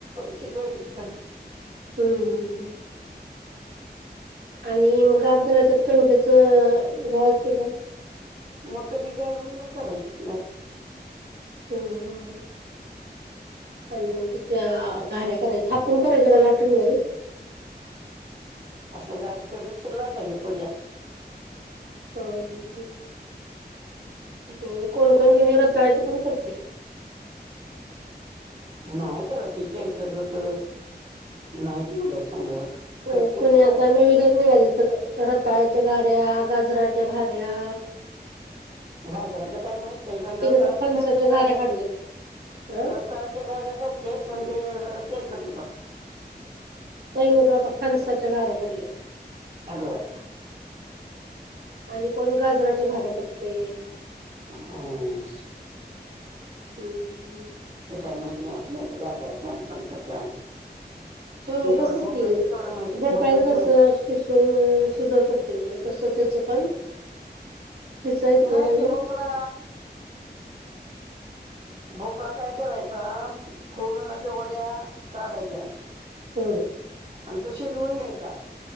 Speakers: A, on the right (about 40°); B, on the right (about 70°).
A: शिजवायचं कीथ
B: हम हम. आणि मग अर्धलात कणक्याच गवास पिड झाल.
A: मकनी घालून करायची घरची
B: हम्म हम्म आणि मग त्याच्या गऱ्या करायच्या थापून करायच्या का लाटून नाही
A: असं झाड सरतरलाटाज पर्या
B: हो हम ह ब कोण कोोण क निव्रतयचे पण करते
A: नाही त्याला ते तेलकट होत नाही तेवढ्या चांगल्या होत
B: हो
A: करते
B: कोुणी
A: खरं
B: आता नवीनच निघालं सगळं रताळ्याच्या घऱ्या गाजराच्या घऱ्या
A: गाजराच्या काही माहत नाही पण रताच्या
B: तर फणसाच्या
A: करतेच घऱ्या
B: घाऱ्या काढल्यात अ
A: तरता त्या ग करते आहेत पण ते जरा तेल कट होतात
B: ताई मी तर आता फणसाच्या घाऱ्या काढल्यात.
A: आगवार
B: आणि कोण गाजराच्या घऱ्या करतय.
A: हम्म
B: हम्
A: काही माहित नाही आपल्या गाजराच्या आणि फणसाच्या.
B: हो
A: हे एवढं
B: तसच
A: भोपळ्याचं
B: की
A: तेवढं माहित
B: भोपाळच
A: भोपळ्याच
B: कस
A: माहित
B: खिसून शिजवतात क नाही तसंच हेच पण खिसायचं
A: नाही
B: आणि
A: ते भोपळा भोपळा काय करायचा फोडून अशा वड्या काढायच्या
B: हम्म
A: आणि तो शिजवून घ्यायचा.